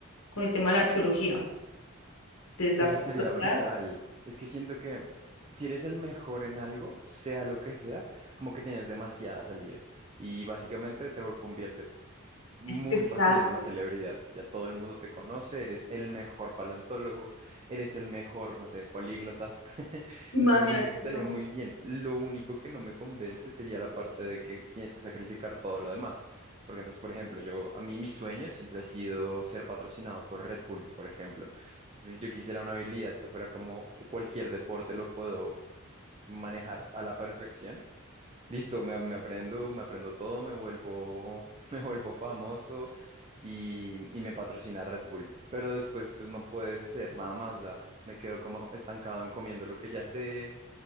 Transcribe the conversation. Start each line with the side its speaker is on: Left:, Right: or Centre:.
Left: con el tema de la arqueología. Desde la
Right: Pues
Left: popular,
Right: estaría brutal. Es que siento que si eres el mejor en algo, sea lo que sea, como que tienes demasiada salida. Y básicamente te conviertes muy
Left: es que exacto.
Right: fácil en una celebridad. Ya todo el mundo te conoce, eres el mejor paleontólogo, eres el mejor, no sé, políglota. <laughs>
Left: Imagínate,
Right: Entonces siento que estaría
Left: no,
Right: muy bien. Lo único que no me convence sería la parte de que tienes que sacrificar todo lo demás. Porque entonces, por ejemplo, yo, a mí mi sueño siempre ha sido ser patrocinado por Red Bull, por ejemplo. Entonces, yo quisiera una habilidad que fuera como que cualquier deporte lo puedo manejar a la perfección. Listo, me, me aprendo, me aprendo todo, me vuelvo, <laughs> me vuelvo famoso y, y me patrocina Red Bull. Pero después, pues no puedes hacer nada más. O sea, me quedo como estancado en comiendo lo que ya sé,